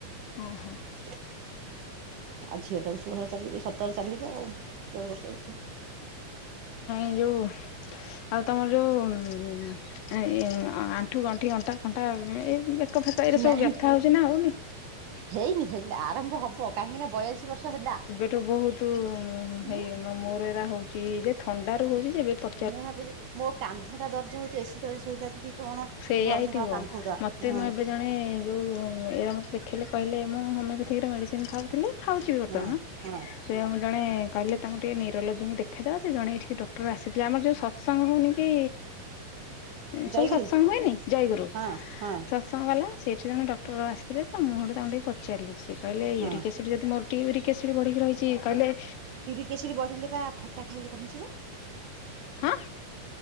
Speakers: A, on the left; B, on the right.
A: ହଁ ହଁ।
B: ଆଉ ଝିଅ ଟାକୁ ଷୋହଳ ଚାଲିକି ସତର ଚାଲିବ ଆଉ। <inaudible> ହଁ।
A: ଏ ଯୋଉ ଆଉ ତମର ଯୋଉ ଏ ଆଣ୍ଠୁ ଗଣ୍ଠି ଅଣ୍ଟା ଅଣ୍ଟା ଏଇ ବେକ ଫେକ ଏରେ ସବୁ
B: ନାହିଁ
A: ବ୍ୟଥା ହଉଛି ନା ହଉନି?
B: ହେଇନି ହେଲେ ଆରମ୍ଭ ହବ କାହିଁକି ନା ବୟାଅଶୀ ବର୍ଷ ହେଲା।
A: ବହୁତୁ
B: ହୁଁ
A: ହେଇ ମୋର ଏରା ହଉଛି ଯେ ଥଣ୍ଡା ରୁ ହଉଚି ଯେବେ ପ
B: ମୁଁ ଭାବୁଚି ମୋ କାନ୍ଧ ଟା ଦର୍ଜ ହଉଚି ଏସି ତଳେ ଶୋଇଲାଠୁ କି କଣ
A: ସେଇଆ
B: ମୁଁ ଭାବୁଛି
A: ହେଇଥିବ
B: ହଁ କାନ୍ଧଗୁରା
A: ମତେ
B: ହଁ
A: ମୁଁ ଏବେ ଜଣେ ଯୋଉ ଏଇଆ ମତେ ଦେଖେଇଲେ କହିଲେ ମୁଁ ହୋମିଓପାତିକ୍ ର ମେଡ଼ିସିନ୍ ଖାଉଥିଲି ଖାଉଛି ବି ବର୍ତ୍ତମାନ
B: ହଁ ହଁ
A: ସେ ଆମର ଜଣେ କହିଲେ ତାଙ୍କୁ ଟିକେ ନିରୋଲୋଜିଙ୍କୁ ଦେଖେଇଦବା ସେ ଜଣେ ଏଠିକି ଡକ୍ଟର ଆସିଥିଲେ ଆମର ଯୋଉ ସ ସମ୍ଭୁନିକି ସବୁ
B: ଜୟଗୁରୁ
A: ସତ୍ ସଙ୍ଗ ହୁଏନି ଜୟଗୁରୁ।
B: ହଁ ହଁ
A: ସତ୍ ସଙ୍ଗ ବାଲା ସେଇଠି ଜଣେ ଡକ୍ଟର ଆସିଥିଲେ ତ ମୁଁ ସେଉଠୁ ତାଙ୍କୁି ଟିକେ ପଚାରିଲି ସେ କହିଲେ
B: ହଁ
A: ୟୁରିକ୍ ଏସିଡ୍ ଯଦି ମୋର ୟୁରିକ୍ ଏସିଡି ବଢିକି ରହିଛି କହିଲେ
B: ଏସିଡି ବଢିଲେ ବା ଖଟା ଖାଇଲେ କମିଯିବ।
A: ହଁ